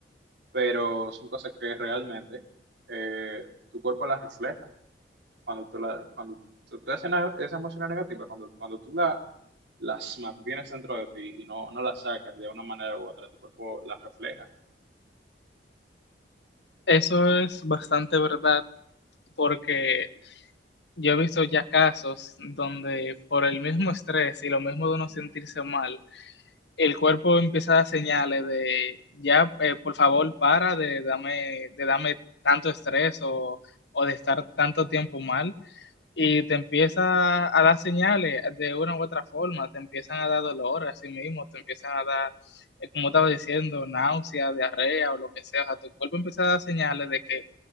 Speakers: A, on the right; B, on the left.
A: pero son cosas que realmente eh, tu cuerpo las refleja. Cuando tú, la, cuando tú tú haces una- esa emoción negativa, cuando, cuando tú la, las mantienes dentro de ti y no, no las sacas de una manera u otra, tu cuerpo las refleja.
B: Eso es bastante verdad porque yo he visto ya casos donde por el mismo estrés y lo mismo de uno sentirse mal, el cuerpo empieza a dar señales de ya, eh, por favor, para de darme, de dame tanto estrés o, o de estar tanto tiempo mal y te empieza a dar señales de una u otra forma, te empiezan a dar dolor a sí mismo, te empiezan a dar, eh, como estaba diciendo, náusea, diarrea o lo que sea, o sea, tu cuerpo empieza a dar señales de que